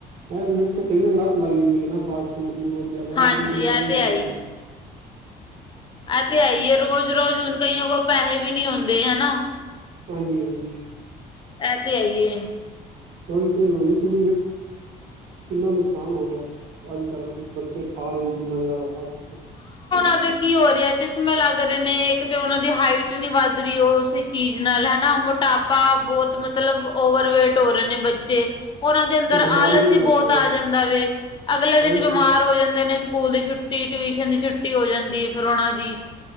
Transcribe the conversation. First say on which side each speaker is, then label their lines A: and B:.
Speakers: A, on the right; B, on the left.
A: ਐ ਤੇ ਵੇਖੋ ਕਈ ਵਾਰੀ ਲੱਤ ਲੱਗ ਜਾਂਦੀ ਹੈ ਨਾ ਫਾਸਟ ਫੂਡ ਦੀ ਬਹੁਤ ਜ਼ਿਆਦਾ, ਉਹਦੇ
B: ਹਾਂਜੀ
A: ਬਿਨਾਂ
B: ਇਹ
A: ਰਹਿ ਨੀ
B: ਤੇ
A: ਸਕਦੇ।
B: ਐ ਤੇ ਹੇਈਏ ਰੋਜ਼ ਰੋਜ਼ ਹੁਣ ਕਈਔ ਕੋ ਪੈਹੇ ਵੀ ਨੀ ਹੁਂਦੇ ਹੈਨਾ।
A: ਹਾਂਜੀ ਹਾਂਜੀ
B: ਐ ਤੇ ਹੈਈ ਏ।
A: <unintelligible> ਕਿੰਨਾ ਨੁਕਸਾਨ ਹੋ ਰਯੇ, ਅੱਜ- ਕੱਲ ਬੱਚੇ ਖਾ ਰੇ ਨੇ ਕਿੰਨਾ ਜਾਦਾ ਫਾਸਟ ਫੂਡ <inaudible>
B: ਪਤਾ ਕੀ ਹੋ ਰਹਾ, ਚਸ਼ਮੇ ਲੱਗ ਰੇ ਨੇ, ਇੱਕ ਤੇ ਓਨਾਂ ਦੀ ਹਾਈਟ ਨੀ ਵੱਧ ਰੀ ਉਹ ਚੀਜ਼ ਨਾਲ ਹੈਨਾ, ਮੋਟਾਪਾ ਬੋਤ ਮਤਲਬ ਓਵਰਵੇਟ ਹੋ ਰੇ ਨੇ ਬੱਚੇ। ਓਨਾਂ ਦੇ ਅੰਦਰ
A: ਬਿਮਾਰੀਆਂ
B: ਆਲਸ
A: ਵੀ
B: ਹੀ
A: ਲੱਗ
B: ਬੋਤ
A: ਰਹੀਆਂ
B: ਆ ਜਾਂਦਾ ਵੇ, ਅਗਲੇ ਦਿਨ
A: ਉਹੀ
B: ਬਿਮਾਰ
A: ਤੇ
B: ਹੋ ਜਾਂਦੇ ਨੇ ਸਕੂਲ ਦੀ ਛੁੱਟੀ ਟਵੀਸ਼ਨ ਦੀ ਛੁੱਟੀ ਹੋ ਜਂਦੀ ਹੈ ਫੇਰ ਓਣਾ ਦੀ,